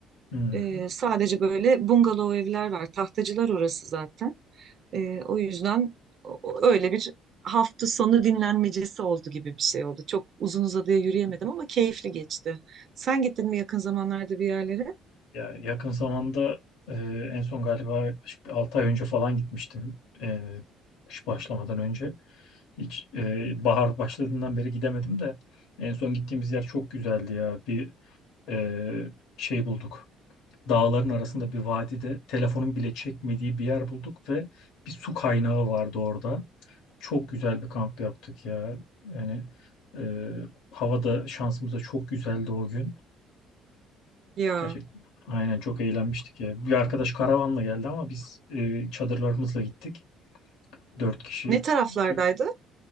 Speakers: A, on the left; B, on the right.
A: Hı
B: Ee,
A: hı.
B: sadece böyle bungalov evler var. Tahtacılar orası zaten. Ee, o yüzden o- o- öyle bir hafta sonu dinlenmecesi oldu gibi bir şey oldu. Çok uzun uzadıya yürüyemedim ama keyifli geçti. Sen gittin mi yakın zamanlarda bir yerlere?
A: Ya yakın zamanda e, en son galiba yaklaşık 6 ay önce falan gitmiştim. E, kış başlamadan önce. Hiç e, bahar başladığından beri gidemedim de en son gittiğimiz yer çok güzeldi ya. Bir e, şey bulduk. Dağların arasında bir vadide telefonun bile çekmediği bir yer bulduk ve bir su kaynağı vardı orada. Çok güzel bir kamp yaptık ya. Yani e, havada şansımız da çok güzeldi o gün.
B: Ya
A: Gerçekten aynen çok eğlenmiştik ya. Bir arkadaş karavanla geldi ama biz e, çadırlarımızla gittik. Dört kişi.
B: ne taraflardaydı?
A: Çok-